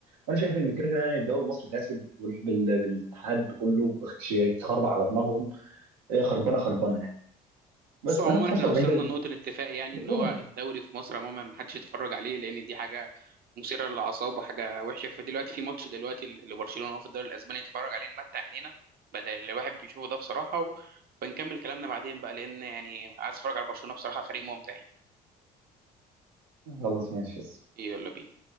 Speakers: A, on the right; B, on the right.
A: وانا شايف ان كده كده يعني الدوري المصري فاسد وال- بال- بالاتحاد كله اتخربع على دماغهم هي خربانه خربانه يعني بس
B: بص عموما
A: انا في 45
B: احنا وصلنا
A: دوري
B: لنقطة الاتفاق يعني
A: بتقول
B: ان هو
A: انا
B: الدوري في مصر عموما ما حدش يتفرج عليه لان دي حاجة مثيرة للأعصاب وحاجة وحشة فدلوقتي في ماتش دلوقتي اللي برشلونة هو في الدوري الأسباني نتفرج عليه نمتع عينينا بدل اللي الواحد بيشوفه ده بصراحة و- وبنكمل كلامنا بعدين بقى لأن يعني عايز اتفرج على برشلونة بصراحة فريق ممتع يعني
A: خلاص ماشي
B: يلا بينا